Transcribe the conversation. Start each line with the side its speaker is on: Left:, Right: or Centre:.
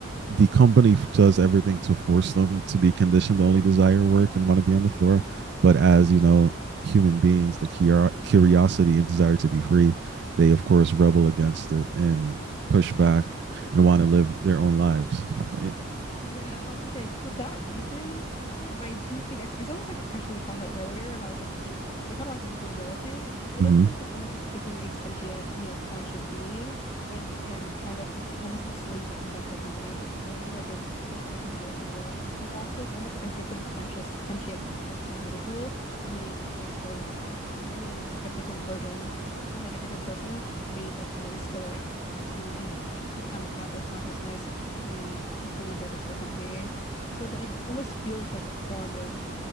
Right: the company does everything to force them to be conditioned to only desire work and want to be on the floor but as you know human beings the curiosity and desire to be free they of course rebel against it and push
Left: Yeah.
Right: back and want to live their own lives right
Left: Yeah, I was gonna say for that reason, and I do think it's, it's almost like the question we talked about earlier about like the free, like it kind of relates to the free will thing. It
Right: mm-hmm.
Left: does feel like it's almost like taking a sentient, you know, conscious being and and kind of complete almost enslaving them to a company. You know what I mean? Like they they they're given no free will, and also it's almost like a different conscious sentient person individual made the choice for them. You know what I mean? Like it's, it's like a different version and like a different person made that choice to like to in to kind of have their consciousness be completely indebted to the company. So it almost feels like a form of